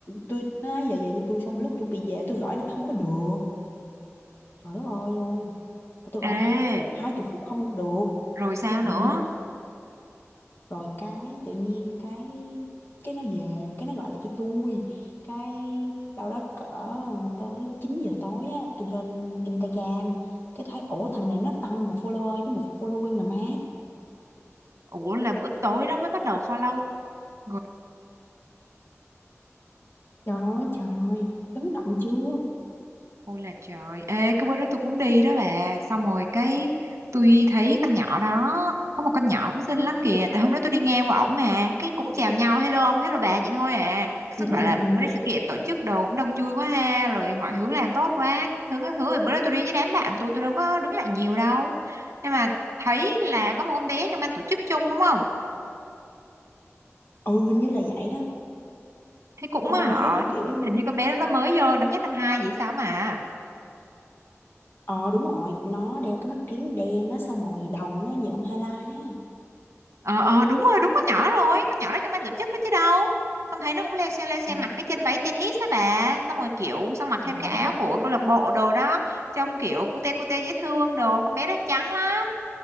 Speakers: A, on the left (about 50°); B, on the right (about 70°).
A: tôi nó nói, giờ về cho tôi xong lúc chuẩn bị về tôi gọi nó không có được trời đất ơi luôn tôi
B: Ê,
A: gọi hai chục phút không được
B: rồi sao
A: ừ
B: nữa?
A: rồi cái tự nhiên cái cái nó về cái nó gọi lại cho tôi cái đâu đó cỡ tới 9 giờ tối á tôi lên Instagram cái thấy ủa thằng này nó tăng một follower với một following nè má
B: Ủa là bữa tối đó mới bắt đầu follow rồi.
A: trời ơi trời chấn động chưa
B: Ôi là trời, ê cái bữa đó tôi cũng đi đó bà Xong rồi cái tôi thấy con nhỏ đó Có một con nhỏ cũng xinh lắm kìa Tại hôm đó tôi đi ngang qua ổng mà Cái cũng chào nhau, hello ông, hello bà vậy thôi à Xong
A: ừ,
B: tôi
A: ừ,
B: bảo
A: ừ,
B: là
A: ừ.
B: bữa nay sự kiện tổ chức đồ cũng đông vui quá ha Rồi mọi thứ làm tốt quá Thứ các thứ, Rồi bữa đó tôi đi với đám bạn tôi Tôi đâu có đứng lại nhiều đâu Nhưng mà thấy là có một con bé trong ban tổ chức chung đúng không
A: Ừ, hình như là vậy đó
B: Thấy cũng
A: con
B: mà họ
A: bé đó kiểu
B: Hình như con bé đó nó mới vô năm nhất năm hai gì sao mà
A: ờ đúng rồi nó đeo cái mắt kiếng đen á xong rồi đầu nó nhuộm highlight á
B: ờ ờ đúng rồi đúng con nhỏ rồi con nhỏ đó trong ban tổ chức đó chứ đâu xong thấy nó cũng leo xe leo xe
A: Ồ,
B: mặc cái chân váy tennis đó bà xong rồi kiểu xong mặc
A: trời
B: thêm cái áo
A: đất
B: của
A: ơi
B: câu lạc bộ đồ đó trông kiểu cute cute dễ thương đồ con bé đó trắng lắm